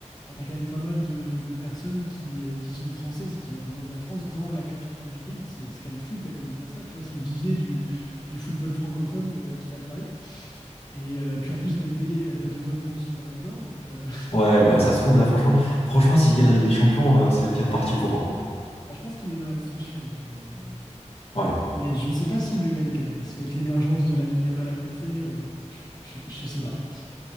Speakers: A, on the left; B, on the left.
A: enfin, t'as quand même pas mal de, de personnes qui, euh, qui sont françaises et qui représentent la France dans la capitale du pays. C'est c'est quand même fou quand même de se dire ça, tu vois. C'est le vivier du, du football francophone euh, qui est à Paris. Et euh, puis en plus, Dembélé est à deux doigts de prendre son ballon d'or, donc euh,
B: Ouais, bah ça se trouve là, franchement, franchement, s'il gagne la Ligue des Champions, euh, c'est bien parti pour un.
A: Bah, je pense qu'il est dans la discussion, hein, mais, euh,
B: Ouais,
A: mais je ne sais pas s'il le gagne quand même, parce qu'avec l'émergence de la Yamal à côté, euh, je, je, sais pas.